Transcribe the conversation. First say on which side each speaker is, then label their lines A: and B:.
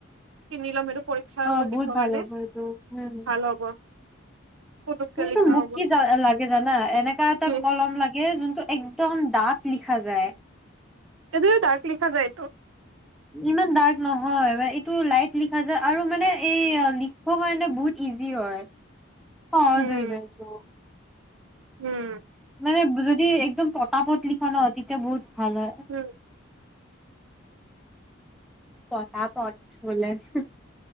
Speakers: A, on the right (about 85°); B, in the centre.
A: কিনি লম সেইটো। পৰীক্ষাৰ
B: অ'
A: সময়ত
B: বহুত
A: দিবৰ
B: ভাল
A: কাৰণে
B: এইটো উম।
A: ভাল হ'ব পুতুককে
B: কিন্তু
A: লিখা
B: মোক
A: হ'ব
B: কি লাগে জানা এনেকুৱা এটা
A: কি
B: কলম লাগে যোনটো একদম দাঁত লিখা যায়।
A: এইদৰে ডাৰ্ক লিখা যায়টো।
B: ইমান ডাৰ্ক নহয় এইটো লাইট লিখা যায় আৰু মানে এই লিখিব কাৰণে বহুত ইজি হয়। পজ
A: উম
B: হৈ যায়টো
A: উম,
B: মানে যদি একদম পত পত লি <unintelligible> তেতিয়া বহুত ভাল হয়।
A: উম
B: পতা পথ বলেছ <unintelligible>